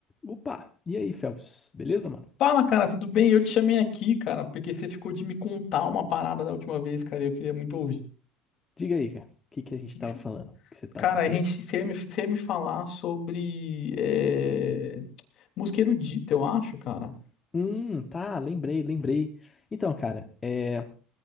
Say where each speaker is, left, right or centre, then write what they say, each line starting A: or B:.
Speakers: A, on the left; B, on the left.
A: Opa! E aí, Phelps? Beleza, mano?
B: Fala, cara, tudo bem? Eu te chamei aqui, cara, porque você ficou de me contar uma parada da última vez, cara, e eu queria muito ouvir.
A: Diga aí, cara. O que que a gente
B: Que
A: tava
B: que você-
A: falando? Que você tá
B: Cara,
A: com curioso?
B: a gente, você ia me, você ia me falar sobre é, música erudita, eu acho, cara.
A: Hum, tá, lembrei, lembrei. Então, cara, é. O